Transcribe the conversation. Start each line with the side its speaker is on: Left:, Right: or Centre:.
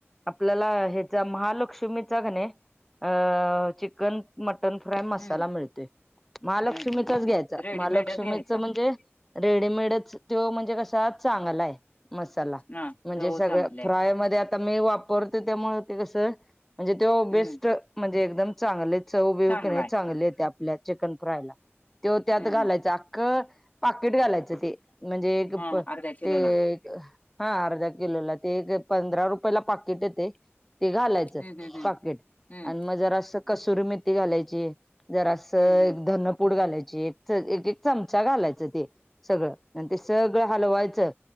Centre: आपल्याला ह्याच्या महालक्ष्मीचा कणी अ चिकन मटन फ्राय मसाला
Left: हम्म
Centre: मिळतोय महालक्ष्मी
Left: मिळतो
Centre: चाच
Left: ना
Centre: घ्यायचा
Left: रेडीमेडच
Centre: महालक्ष्मीच
Left: घ्यायचा
Centre: म्हणजे रेडीमेडच त्यो म्हणजे कसा चांगलाय. मसाला
Left: हा
Centre: म्हणजे
Left: चव
Centre: सगळ्या
Left: चांगली आहे
Centre: फ्राय मध्ये आ आता मी वापरतो त्यामुळे ते कस म्हणजे त्यो बेस्ट
Left: हम्म
Centre: म्हणजे एकदम चांगले चव बीव
Left: चांगला
Centre: कणी
Left: आहे
Centre: चांगल येत्या आपल्या चिकन फ्रायला त्यो त्यात
Left: हम्म
Centre: घालायचा
Left: हम्म
Centre: अख्खं पाकिट घालायचं ते म्हणजे एक
Left: हा
Centre: प
Left: अर्ध्या किलोला
Centre: ते हा अर्धा किलोला ते एक पंधरा रुपयाला पाकिट येतेय. ते घालायचं
Left: हम्म हम्म हम्म
Centre: पाकीट.
Left: हम्म
Centre: आणि मग जरा असं कसुरी मेथी घालायची जरा असं
Left: हम्म हम्म
Centre: धन - पूड घालायची एकच एक एक चमचा घालायचं ते सगळं ते सग गळ हलवायचं